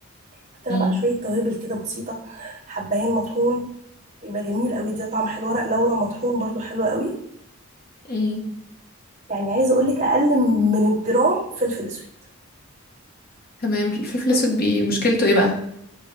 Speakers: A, on the right; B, on the left.
A: حط لها
B: امم
A: بقى شويه توابل كده بسيطه حبايين مطحون يبقى جميل قوي ده طعم حلو ورق لورا مطحون برضو حلو قوي
B: امم
A: يعني عايزه اقول لك اقل من الجرام فلفل اسود
B: تمام الفلفل
A: حط-
B: الاسود بي- مشكلته ايه بقى